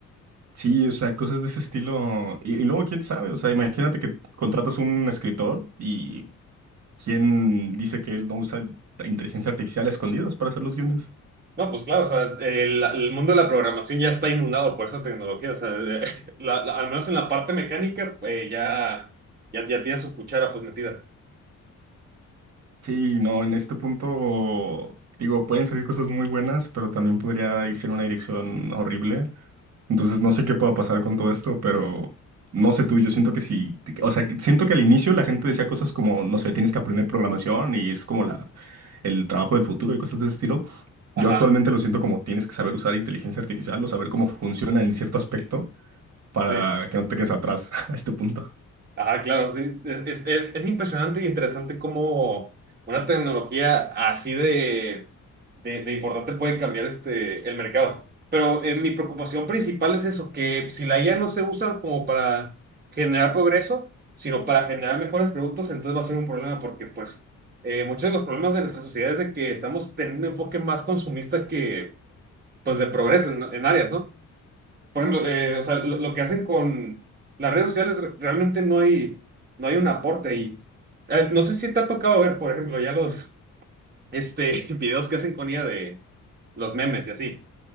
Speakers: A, on the right; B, on the right.
A: Sí, o sea, cosas de ese estilo. Y, y luego, quién sabe, o sea, imagínate que contratas un escritor y quién dice que él no usa inteligencia artificial a escondidas para hacer los guiones.
B: No, pues claro, o sea, el, el mundo de la programación ya está inundado por esa tecnología, o sea, eh, <laughs> la- la- al menos en la parte mecánica, eh, ya, ya, ya tiene su cuchara pues metida.
A: Sí, no, en este punto, digo, pueden salir cosas muy buenas, pero también podría irse en una dirección horrible. Entonces no sé qué pueda pasar con todo esto, pero no sé tú, yo siento que sí, o sea, que siento que al inicio la gente decía cosas como, no sé, tienes que aprender programación y es como la, el trabajo del futuro y cosas de ese estilo.
B: Ajá,
A: Yo actualmente lo siento como tienes que saber usar inteligencia artificial o saber cómo funciona en cierto aspecto para
B: sí.
A: que no te quedes atrás <laughs> a este punto.
B: Ajá, claro, sí. Es, es, es, es impresionante y interesante cómo una tecnología así de, de, de importante puede cambiar este, el mercado. Pero eh, mi preocupación principal es eso, que si la IA no se usa como para generar progreso, sino para generar mejores productos, entonces va a ser un problema porque pues eh, muchos de los problemas de nuestra sociedad es de que estamos teniendo un enfoque más consumista que pues de progreso en en áreas, ¿no? por ejemplo, eh, o sea, lo, lo que hacen con las redes sociales re- realmente no hay, no hay un aporte ahí. Eh, no sé si te ha tocado ver, por ejemplo, ya los este, <laughs> videos que hacen con ella de los memes y así.